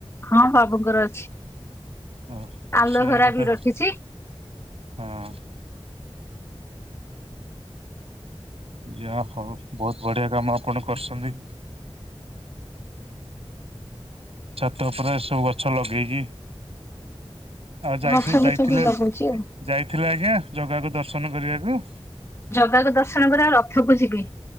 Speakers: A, on the left; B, on the right.
A: ହଁ ବାବୁଙ୍କର ଅଛି
B: ଓ ହଁ
A: ଆଲୋଭେରା
B: ସେ ବୋଧେ
A: ବି ରଖିଚି।
B: ହଁ। ଯା ହଉ ବହୁତ୍ ବଢିଆ କାମ ଆପଣ କରୁସନ୍ତି। ଛାତ ଉପରେ ଏସବୁ ଗଛ ଲଗେଇକି। ଆଉ ଯାଇସୁନ୍-
A: ଗଛ
B: ଯାଇଥିଲେ
A: ଫଛ ବି ଲଗଉଛି ଆଉ
B: -ଯାଇଥିଲେ ଆଜ୍ଞା ଜଗାକୁ ଦର୍ଶନ କରିବାକୁ?
A: ଜଗାକୁ ଦର୍ଶନ କରିବାକୁ ରଥକୁ ଯିବି